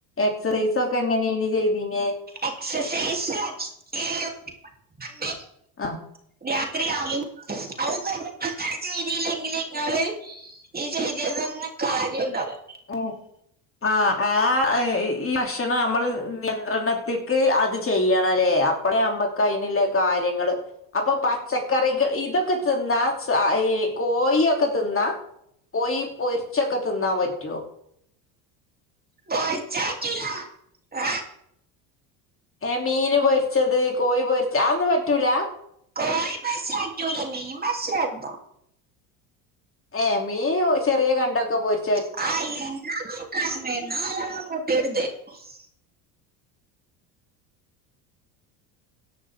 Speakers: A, on the left; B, on the right.
A: എക്സസൈസ് ഒക്കെ എങ്ങനെയാണ് ചെയ്തിനെ
B: എക്സസൈസ് <unintelligible>
A: ആ
B: ത്രിയാകും <unintelligible> <unintelligible> ചെയ്തില്ലെങ്കില് ങ്ങള് ഈ ചെയ്തേ ഒന്നും കാര്യവുണ്ടാവുലാ
A: ഉം ആഹ് ആ ഈ ഭക്ഷണം നമ്മള് നിയന്ത്രണത്തിക്ക് അത് ചെയ്യണ അ ല്ലേ അപ്പഴേ അമ്മക്ക് അയിനുല്ലേ കാര്യങ്ങള് അപ്പോ പച്ചക്കറികൾ ഇതൊക്കെ തിന്നാ ഈ കോയിയൊക്കെ തിന്നാ കോയി പൊരിച്ചൊക്കെ തിന്നാ പറ്റോ?
B: പൊരിച്ചാ പറ്റുലാ ആഹ്‌
A: ഏ മീന് പൊരിച്ചത് കോഴി പൊരിച്ചത് അ ഒന്നും പറ്റൂല
B: കോഴി പൊരിച്ച പറ്റൂല മീൻ പൊരിച്ചെ പറ്റും
A: ഏ മീൻ ചെറിയ കണ്ടൊക്കെ പൊരി
B: <unintelligible>